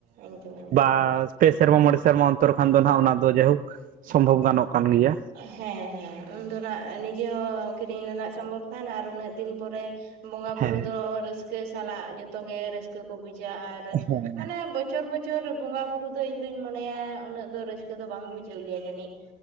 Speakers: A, on the right (about 85°); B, on the right (about 55°).
A: ᱮᱠᱫᱚᱢ, ᱮᱠᱫᱚᱢ᱾
B: ᱟᱨ ᱯᱮ ᱥᱮᱨᱢᱟ ᱢᱚᱬᱮ ᱥᱮᱨᱢᱟ ᱚᱱᱛᱚᱨ ᱠᱷᱟᱱ ᱫᱚ ᱦᱟᱸᱜ ᱚᱱᱟ ᱫᱚ ᱡᱟᱭᱦᱳᱠ ᱥᱚᱢᱵᱷᱚᱵ ᱜᱟᱱᱚᱜ ᱠᱟᱱ ᱜᱮᱭᱟ᱾
A: ᱦᱮᱸ ᱦᱮᱸ ᱩᱱ ᱫᱚ ᱱᱟᱜ ᱱᱤᱡᱮ ᱦᱚᱸ ᱠᱤᱨᱤᱧ ᱨᱮᱱᱟᱜ ᱥᱚᱢᱵᱷᱚᱵ ᱛᱟᱦᱮᱱᱟ ᱟᱨ ᱩᱱᱟᱹᱜ ᱫᱤᱱ ᱯᱚᱨᱮ ᱵᱚᱸᱜᱟ ᱵᱩᱨᱩ
B: ᱦᱮᱸ
A: ᱫᱚ ᱨᱟᱹᱥᱠᱟᱹ ᱥᱟᱞᱟᱜ ᱡᱚᱛᱚ ᱜᱮ ᱨᱟᱹᱥᱠᱟᱹ ᱠᱚ ᱵᱩᱡᱟ ᱟᱨ
B: ᱦᱮᱸ
A: ᱢᱟᱱᱮ ᱵᱚᱪᱷᱚᱨ ᱵᱚᱪᱷᱚᱨ ᱵᱚᱸᱜᱟ ᱵᱩᱨᱩ ᱫᱚ ᱤᱧ ᱫᱩᱧ ᱢᱚᱱᱮᱭᱟ ᱩᱱᱟᱹᱜ ᱫᱚ ᱨᱟᱹᱥᱠᱟᱹ ᱫᱚ ᱵᱟᱝ ᱵᱩᱡᱷᱟᱹᱜ ᱜᱮᱭᱟ ᱡᱟᱹᱱᱤᱡ᱾